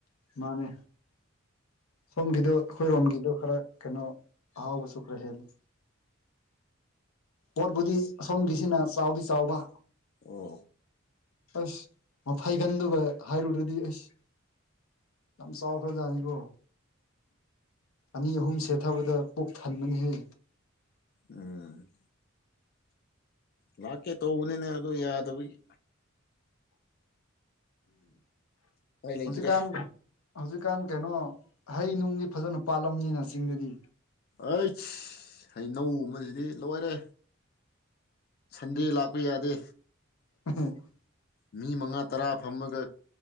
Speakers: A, on the left (about 90°); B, on the left (about 50°).
A: ꯃꯥꯅꯦ ꯁꯣꯝꯒꯤꯗꯣ ꯑꯩꯈꯣꯏꯔꯣꯝꯒꯤꯗꯣ ꯈꯔ ꯀꯩꯅꯣ ꯑꯍꯥꯎꯕꯁꯨ ꯈꯔ ꯍꯦꯜꯂꯤ ꯄꯣꯠꯄꯨꯗꯤ ꯑꯁꯣꯝꯒꯤꯁꯤꯅ ꯆꯥꯎꯗꯤ ꯆꯥꯎꯕ
B: ꯑꯣ
A: ꯑꯁ ꯃꯐꯩꯒꯟꯗꯨꯒ ꯍꯥꯏꯔꯨꯔꯗꯤ ꯑꯁ ꯌꯥꯝ ꯆꯥꯎꯈ꯭ꯔꯖꯥꯅꯤꯀꯣ ꯑꯅꯤ ꯑꯍꯨꯝ ꯁꯦꯠꯊꯕꯗ ꯄꯨꯛ ꯊꯟꯕꯅꯤꯍꯦ
B: ꯎꯝ ꯂꯥꯛꯀꯦ ꯇꯧꯕꯅꯤꯅꯦ ꯑꯗꯨ ꯌꯥꯗꯕꯒꯤ ꯎꯄꯥꯏ ꯂꯩꯇ꯭ꯔꯦ
A: ꯍꯧꯖꯤꯛꯀꯥꯟ ꯍꯧꯖꯤꯛꯀꯥꯟ ꯀꯩꯅꯣ ꯍꯩ ꯅꯨꯡꯗꯤ ꯐꯖꯅ ꯄꯥꯜꯂꯝꯅꯤꯅ ꯆꯤꯡꯗꯗꯤ
B: ꯑꯩ ꯍꯩꯅꯧ ꯒꯨꯝꯕꯁꯤꯗꯤ ꯂꯣꯏꯔꯦ ꯁꯟꯗꯦ ꯂꯥꯛꯄ ꯌꯥꯗꯦ
A: <unintelligible>
B: ꯃꯤ ꯃꯉꯥ ꯇꯔꯥ ꯐꯝꯃꯒ